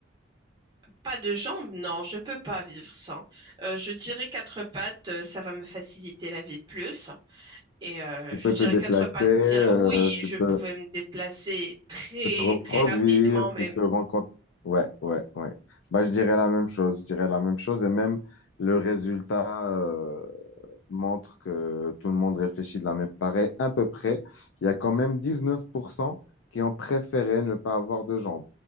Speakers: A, on the right (about 25°); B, on the left (about 75°).
A: Pas de jambes, non, je peux pas vivre sans. Euh, je dirais quatre pattes, euh, ça va me faciliter la vie plus. Et euh,
B: Tu
A: je
B: peux
A: dirais
B: te déplacer,
A: quatre pattes.
B: euh,
A: dire- Oui,
B: tu
A: je
B: peux,
A: pouvais me déplacer très,
B: tu peux te reproduire,
A: très rapidement même.
B: tu peux rencontrer. Ouais, ouais, ouais. Bah, je dirais la même chose. Je dirais la même chose et même le résultat euh, montre que tout le monde réfléchit de la même pareille à peu près. Il y a quand même 19% qui ont préféré ne pas avoir de jambes.